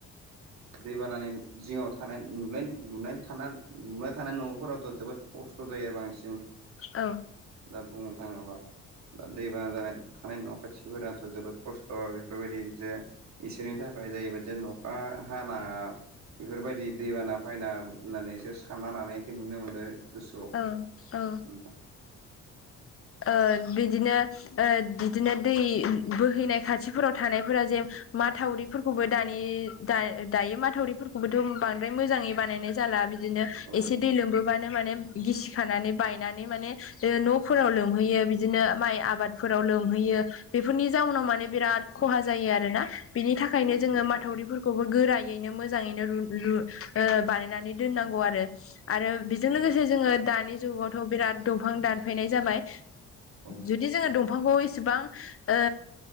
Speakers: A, on the right; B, on the left.
A: दैबानानि जिङाव थानाय <unintelligible> नुबाय थानाय न'फोरावथ' जोबोद खस्थ' जायो आरो बांसिन
B: औ
A: दा बुंनो थाङोबा दा दैबाना जानाय थानाय न' खाथिफोरानाथ' जोबोद खस्थ' बेफोरबायदि जे इसोरनि थाखाय जाहैबायदि अखा हाना बेफोरबायदि दैबाना फायना होननानैसो सानना लानायखो नुनो मोनो गोसोआव
B: औ औ
A: नोंथां
B: ओ बिदिनो ओ बिदिनो दै बोहैनाय खाथिफोराव थानायफोराव जे माथावरिफोरखौबो दानि दायो माथावरिफोरखौबोथ' बांद्राय मोजाङै बानायनाय जाला बिदिनो
A: औ
B: एसे दै लोमबोबानो माने गिसि खानानै बायनानै न फोराव लोमहैयो बिदिनो माइ आबादफोराव लोमहैयो बेफोरनि जाउनाव माने बिराद खहा जायो आरोना बिनि थाखायनो
A: औ
B: जोङो
A: नंगौ
B: माथावरिफोरखौबो गोरायैनो मोजाङैनो लु लु बानाय नानै दोननांगौ आरो आरो बेजों लोगोसे
A: औ
B: जोङो दानि जुगावथ' बिराद दंफां दान फायनाय जाबाय
A: औ
B: जुदि जोङो दंफांखौ इसेबां ओ